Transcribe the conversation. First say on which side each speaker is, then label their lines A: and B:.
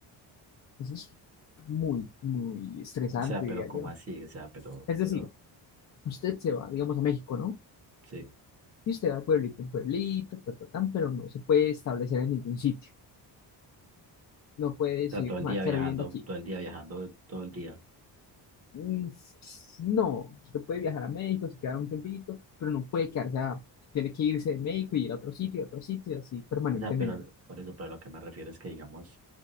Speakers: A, on the left; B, on the right.
A: Eso es muy, muy estresante,
B: O sea, pero
A: diría
B: como
A: yo.
B: así, o sea, pero,
A: Es decir,
B: pero,
A: usted se va, digamos, a México, ¿no?
B: sí.
A: Y usted va de pueblito en pueblito, ta, ta, tan, pero no se puede establecer en ningún sitio. No puede decir,
B: O sea, todo el
A: me voy
B: día
A: a quedar
B: viajando,
A: viviendo aquí.
B: todo el día viajando, todo el día.
A: Mm, No, usted puede viajar a México, se queda un tiempito, pero no puede quedarse a- Tiene que irse de México y ir a otro sitio, a otro sitio, y así permanentemente.
B: O sea, pero por eso, pero lo que me refiero es que, digamos,